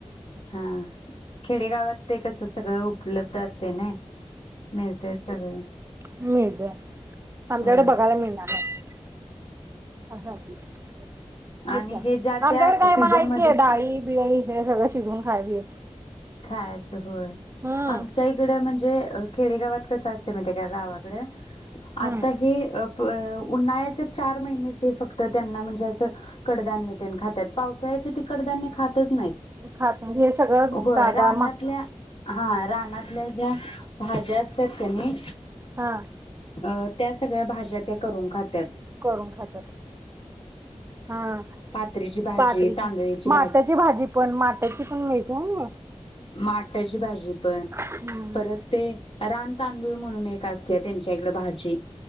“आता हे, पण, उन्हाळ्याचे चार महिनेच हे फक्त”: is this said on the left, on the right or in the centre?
Left